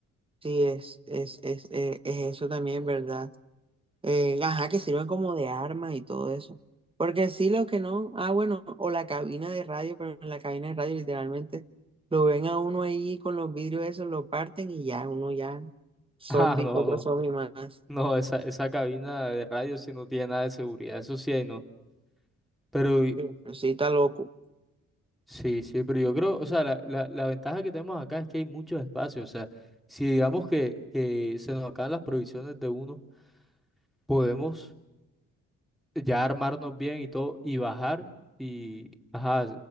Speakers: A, on the right (about 20°); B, in the centre.
A: Sí, es, es, es, eh, es eso también, ¿verdad? Eh, ajá, que sirven como de armas y todo eso. Porque sí, lo que no, ah, bueno, o la cabina de radio, pero en la cabina de radio literalmente lo ven a uno ahí con los vidrios esos, lo parten y ya, uno ya, zombie,
B: Ah, no,
A: otro
B: no.
A: zombie más.
B: No, esa, esa cabina de radio sí no tiene nada de seguridad, eso sí hay no. Pero y-
A: Yo, pero sí, está loco.
B: sí, sí, pero yo creo, o sea, la, la, la ventaja que tenemos acá es que hay muchos espacios, o sea, si digamos que, que se nos acaban las provisiones de uno, podemos ya armarnos bien y todo, y bajar y, ajá,